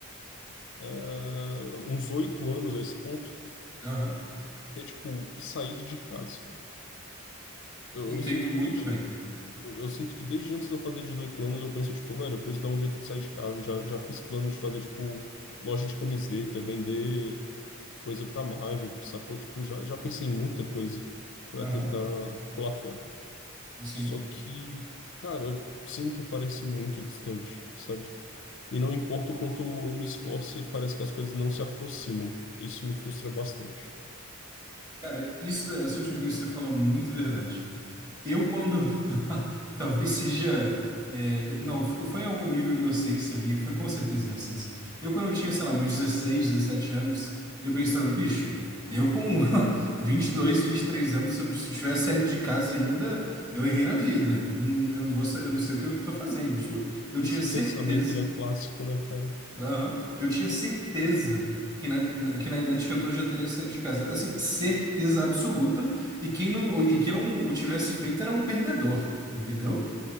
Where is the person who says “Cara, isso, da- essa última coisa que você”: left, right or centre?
Right